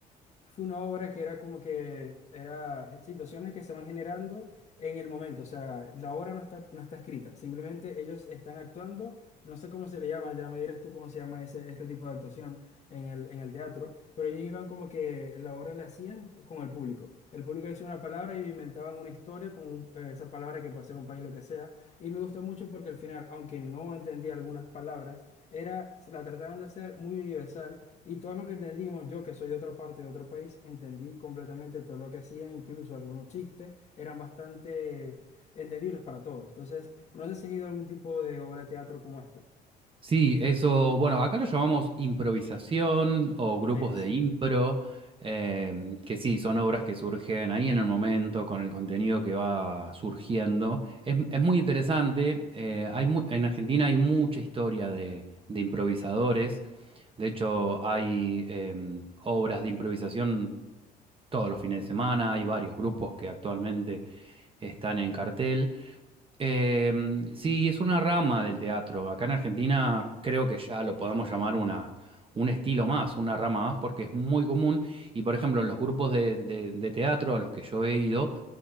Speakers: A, on the left; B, on the right.
A: fue una obra que era como que era situaciones que se van generando en el momento, o sea, la obra no está, no está escrita, simplemente ellos están actuando, no sé cómo se le llama, ya me dirás tú cómo se llama ese, este tipo de actuación en el, en el teatro, pero ellos iban como que la obra la hacían con el público, el público decía una palabra y inventaban una historia con un- eh, esa palabra que puede ser un país, lo que sea, y me gustó mucho porque al final, aunque no entendía algunas palabras, era, la trataban de hacer muy universal y todo lo que entendimos, yo que soy de otra parte, de otro país, entendí completamente todo lo que hacían, incluso algunos chistes eran bastante entendibles para todos. Entonces, no sé si has ido a algún tipo de obra de teatro como esta.
B: Sí, eso, bueno, acá lo llamamos improvisación o grupos
A: Exacto.
B: de impro, em, que sí, son obras que surgen ahí en el momento con el contenido que va surgiendo. Es, es muy interesante, eh, hay mu- en Argentina hay mucha historia de, de improvisadores, de hecho hay em, obras de improvisación todos los fines de semana, hay varios grupos que actualmente están en cartel. Em, sí, es una rama del teatro. Acá en Argentina creo que ya lo podemos llamar una, un estilo más, una rama más, porque es muy común. Y por ejemplo, en los grupos de, de- de teatro a los que yo he ido,